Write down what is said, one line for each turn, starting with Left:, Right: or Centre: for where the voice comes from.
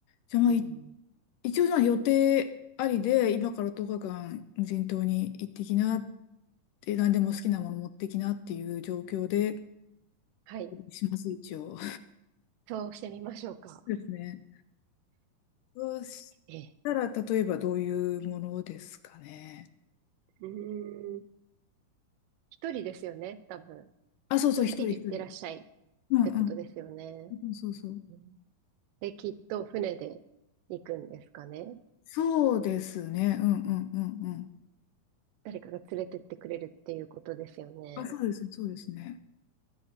Left: じゃあ、
Right: うん。
Left: まあ、い一応じゃあ予定ありで、今から10日間無人島に行ってきなって、何でも好きなもの持ってきなっていう状況で、
Right: はい。
Left: します、一応。
Right: そうしてみましょうか。
Left: <laughs> ですね。そうしたら、
Right: ええ。
Left: 例えばどういうものですかね。
Right: うーん。一人ですよね、多分。
Left: あ、そうそう、
Right: 一人で行ってらっしゃいっ
Left: 一人一人。うんう
Right: てことですよね。
Left: ん。そうそうそう。
Right: うんで、きっと船で行くんですかね。
Left: そうですね。うんうんうんうん。
Right: 誰かが連れてってくれるっていうことですよね。
Left: あ、そうですね、そうですね。